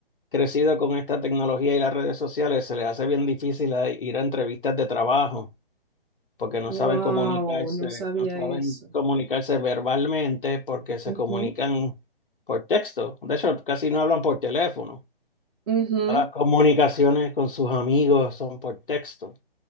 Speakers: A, on the left; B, on the right.
A: crecido con esta tecnología y las redes sociales, se les hace bien difícil a- ir a entrevistas de trabajo porque no
B: Wow,
A: saben comunicarse,
B: no sabía
A: no saben
B: eso.
A: comunicarse verbalmente porque se
B: Ujú,
A: comunican por texto. De hecho, casi no hablan por teléfono.
B: ujú.
A: Las comunicaciones con sus amigos son por texto. O